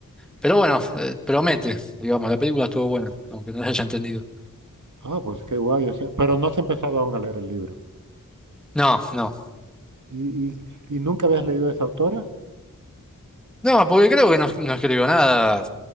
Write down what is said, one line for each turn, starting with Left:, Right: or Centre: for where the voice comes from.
Centre: pero bueno, eh, promete, digamos, la película estuvo buena, aunque no la haya entendido.
Right: Ah, pues qué guay. o sea, pero no has empezado aún a leer el libro.
Centre: No, no,
Right: ¿Y, y- y nunca habías leído a esa autora?
Centre: no, porque creo que no, no escribió nada